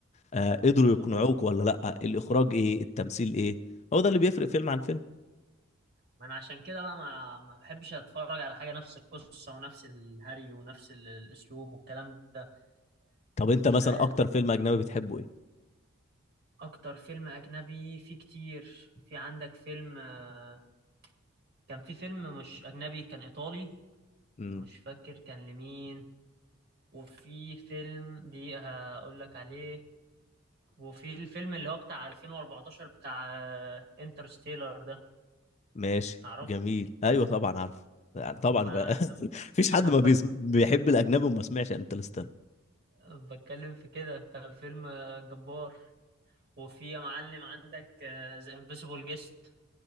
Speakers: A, on the left (about 35°); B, on the right (about 50°).
A: آه قدروا
B: اه
A: يقنعوك ولا لا الاخراج ايه التمثيل ايه هو ده اللي بيفرق فيلم عن فيلم
B: ما انا عشان كده بقى ما ما بحبش اتفرج على حاجه نفس القصه ونفس الهري ونفس ال- الاسلوب والكلام ده
A: طب انت
B: مش
A: مثلا
B: عارف
A: اكتر فيلم اجنبي بتحبه ايه
B: اكتر فيلم اجنبي فيه كتير في عندك فيلم آه، كان في فيلم مش اجنبي كان ايطالي
A: امم
B: مش فاكر كان لمين وفي فيلم دي هقول لك عليه وفي الفيلم اللي هو بتاع 2014 بتاع انترستيلر ده
A: ماشي
B: تعرفه
A: جميل ايوه طبعا عارفه يعني طبعا
B: ما
A: بقى
B: انا
A: <laughs> مفيش حد
B: أنا
A: ما
B: بك...
A: بيسم... بيحب الاجنبي وما سمعش انترستيلر
B: بتكلم في كده كان فيلم آه، جبار وفي يا معلم عندك ذا انفيسيبل جيست